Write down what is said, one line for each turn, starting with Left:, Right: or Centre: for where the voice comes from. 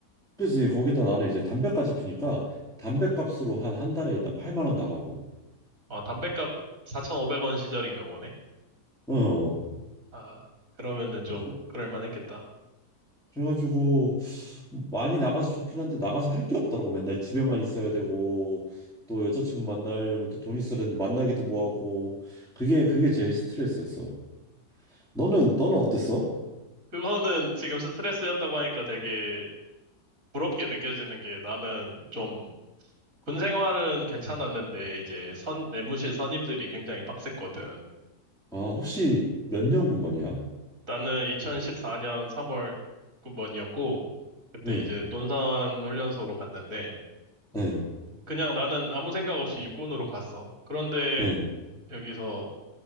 Centre: 그지 거기다 나는 이제 담배까지 피니까 담배값으로 한 한 달에 일단 8만 원 나가고.
Right: 아, 담뱃값 4,500원 시절인가 보네.
Centre: 어.
Right: 아, 그러면은 좀
Centre: 그래-
Right: 그럴만 했겠다.
Centre: 그래가지고 많이 나가서 좋긴 한데 나가서 할 게 없더라고 맨날 집에만 있어야 되고 또 여자친구 만나려면 또 돈 있어야 되는데 만나기도 뭐하고 그게 그게 제일 스트레스였어 너는 너는 어땠어?
Right: 그거는 지금 스트레스였다고 하니까 되게 부럽게 느껴지는 게 나는 좀 군 생활은 괜찮았는데 이제 선, 내무실 선임들이 굉장히 빡셌거든.
Centre: 아 혹시 몇 년 군번이야?
Right: 나는 2014년 3월 군번이었고, 그때
Centre: 응
Right: 이제 논산 훈련소로 갔는데,
Centre: 응
Right: 그냥 나는 아무 생각 없이 육군으로 갔어. 그런데
Centre: 응
Right: 여기서